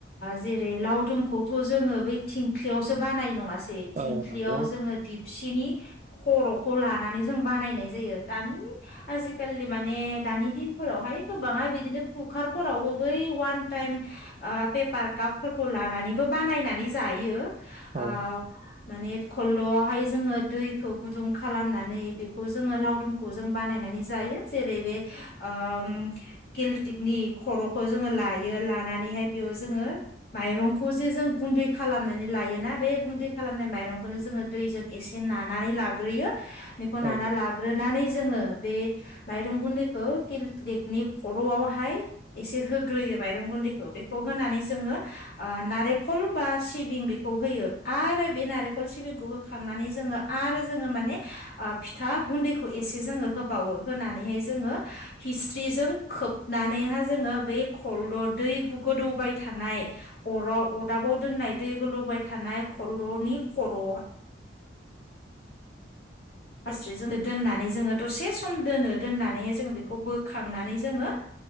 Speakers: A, on the left; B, on the right.
A: जेरै लावदुमखौथ जोङो बै थेंख्लिआव सो बानाय नङासै थिंख्लियाव
B: औ नंगौ
A: जोङो दिपसिनि खर'खौ लानानै जों बानायनाय जायो दानि आजिखालि माने दानि दिनफोरावहाय ओय गोबांहा बिदिनो कुखार फोरावबो बै वान टाइम ओ पेपार काप फोरफोरखौ लानानैबो बानायनानै जायो। ओ
B: औ
A: माने खलद'आवहाय जोङो दैखौ गुदुं खालामनानै बेखौ जोङो लावदुमखौ जों बानाय नै जायो जेरै बे ओ केलटिकनि खर' खौ जोङो लायो लानानैहाय बेयाव जोङो माइरंखौ जे जों गुन्दै खालामनानै ला लायोना बे गुन्दै खालामनाय माइरंखौनो जोङो दैजों एसे नानानै लाग्रोयो। बेखौ नाना
B: औ
A: लाग्रोनानै जोङो बे माइरं गुन्दैखौ किलटेकनि खर'आवहाय एसे होग्रोयो माइरं गुन्दैखौ बेखौ होनानै जोङो ओ नारेंखल बा सिबिं बेखौ खौ होयो आरो बे नारेखल सिबिंखौ होखांनानै जोंङो आरो जोंङो माने ओ फिथा गुन्दैखौ एसे जोंङो होबावो होनानैहाय जोङो हिस्रिजों खोबनानैहा जोङो बे खल दै गोदौबाय थानाय अराव अरदाबाव दोननाय दै गोदौ बाय थानाय खलल'नि खर'आ गास्रिजों दोननानै जोङो दसे सम दोनो दोननानैहाय जोङो बेखौ बोखांनानै जोङो-